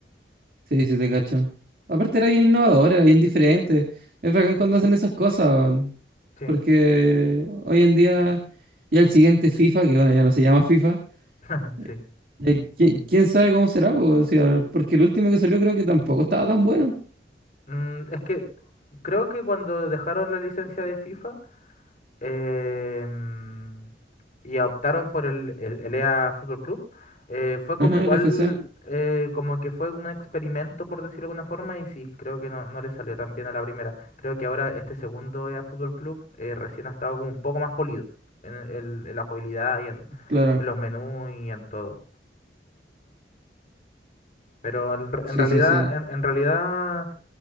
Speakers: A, on the right; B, on the left.
A: sí, sí, te cacho. Aparte era bien innovador, era bien diferente. Es bacán cuando hacen esas cosas, weón.
B: Sí,
A: porque hoy en día ya el siguiente FIFA, que bueno, ya no se llama FIFA,
B: <laughs>
A: eh,
B: sí.
A: eh, ¿qui- ¿quién, sabe cómo será? po? O sea, porque el último que salió creo que tampoco estaba tan bueno.
B: Mm, es que creo que cuando dejaron la licencia de FIFA em, y optaron por el, el, el EA Fútbol Club, eh, fue como
A: Ajá,
B: igual,
A: el F C,
B: eh, como que fue como un experimento, por decirlo de alguna forma, y sí, creo que no, no le salió tan bien a la primera. Creo que ahora este segundo EA Fútbol Club eh, recién ha estado como un poco más polido en, el- en la jugabilidad y en,
A: claro.
B: en los menús y en todo. Pero en, en
A: Sí,
B: realidad,
A: sí, sí.
B: en en realidad...